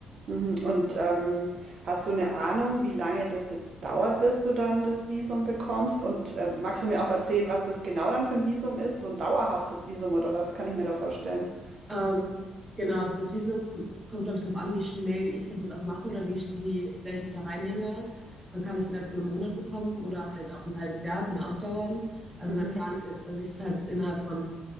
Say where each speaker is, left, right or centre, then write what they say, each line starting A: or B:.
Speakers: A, on the right; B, on the right.
A: Mhm. Und ähm, hast du eine Ahnung, wie lange das jetzt dauert, bis du dann das Visum bekommst? Und ähm, magst du mir auch erzählen, was das genau dann für ein Visum ist? So ein dauerhaftes Visum oder was kann ich mir da vorstellen?
B: Ähm, genau, also das Visum, das kommt, glaube ich, darauf an, wie schnell ich das jetzt auch mache oder wie, sch- wie sehr ich mich da reinhänge. Man kann es innerhalb von einem Monat bekommen oder halt auch ein halbes Jahr, kann auch dauern. Also
A: Mhm.
B: mein Plan ist jetzt, dass ich es halt innerhalb von